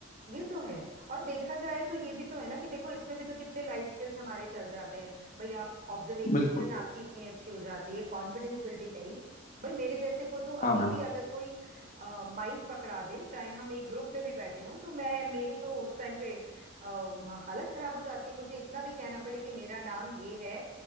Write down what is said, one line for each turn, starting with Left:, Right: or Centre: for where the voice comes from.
Right: ये तो है और देखा जाए तो ये भी तो है ना कि देखो इसमें भी तो कितने लाइफ स्किल्स हमारे चल जाते हैं भाई आप ऑब्जर्वेशन
Left: बिल्कुल
Right: आपकी इतनी अच्छी हो जाती है कॉन्फिडेंस बिल्डिंग है ही भाई मेरे जैसे को तो
Left: हाँ
Right: अभी
Left: मैम
Right: भी अगर कोई माइक पकड़ा दे चाहे हम एक ग्रुप में भी बैठे हों तो मैं मेरी तो उस टाइम पे अ, हालत खराब हो जाती है मुझे इतना भी कहना पड़े कि मेरा नाम ये है